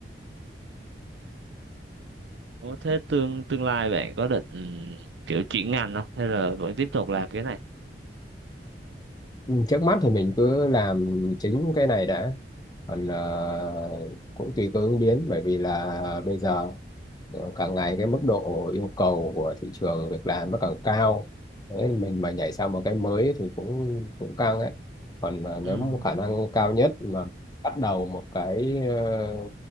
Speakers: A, on the right; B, on the left.
A: có thế tương tương lai bạn có định ừ, kiểu chuyển ngành không hay là vẫn tiếp tục làm cái này
B: Ừ, trước mắt thì mình cứ làm chính cái này đã còn ờ, cũng tùy cơ ứng biến bởi vì là bây giờ ờ, càng ngày cái mức độ yêu cầu của thị trường việc làm nó càng cao Đấy, mình mà nhảy sang một cái mới thì cũng cũng căng ấy còn ờ, nếu
A: ừ.
B: mà khả năng cao nhất mà bắt đầu một cái ờ,